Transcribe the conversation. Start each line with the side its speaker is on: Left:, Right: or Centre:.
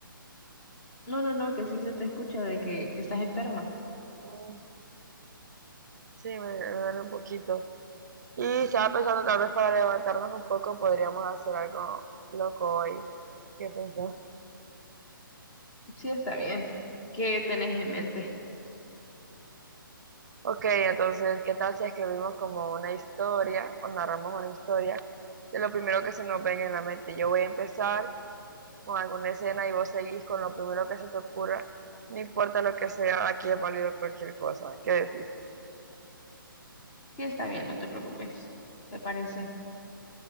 Left: No, no, no, que sí se te escucha de que, que estás enferma.
Right: mm, sí, me, me duele un poquito. Y estaba pensando, tal vez para levantarnos un poco, podríamos hacer algo loco hoy. ¿Qué pensás?
Left: Sí, está bien. ¿Qué tenés en mente?
Right: Ok, entonces, ¿qué tal si escribimos como una historia o narramos una historia de lo primero que se nos venga en la mente? Yo voy a empezar con alguna escena y vos seguís con lo primero que se te ocurra, no importa lo que sea, aquí es válido cualquier cosa. ¿Qué decís?
Left: Sí, está bien, no te preocupes. ¿Te parece?